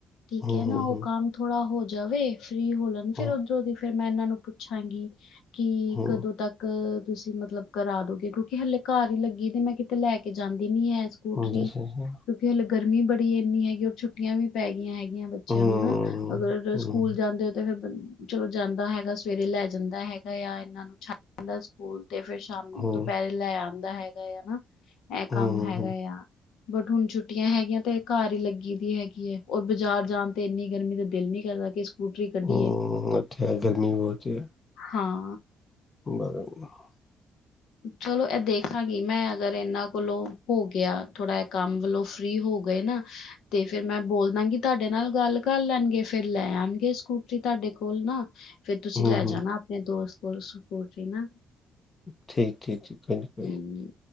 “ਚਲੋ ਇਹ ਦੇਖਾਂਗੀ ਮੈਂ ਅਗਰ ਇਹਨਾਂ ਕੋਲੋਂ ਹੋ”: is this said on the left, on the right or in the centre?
Left